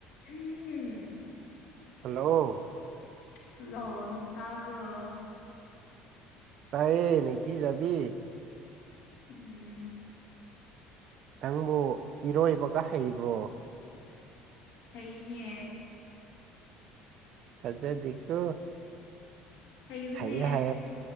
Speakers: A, on the left; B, on the right.
A: ꯎꯝ
B: ꯍꯜꯂꯣ
A: ꯍꯜꯂꯣ ꯇꯥꯕ꯭ꯔꯣ
B: ꯇꯥꯏꯌꯦ ꯅꯊꯤ ꯆꯕꯤꯤ
A: ꯎꯝ
B: ꯅꯪꯕꯨ ꯏꯔꯣꯏꯕꯒ ꯍꯩꯕ꯭ꯔꯣ
A: ꯊꯩꯅꯦ
B: ꯊꯖꯦꯣ
A: ꯍꯩꯕꯅꯦ
B: ꯍꯥꯏꯌꯦ ꯍꯥꯏ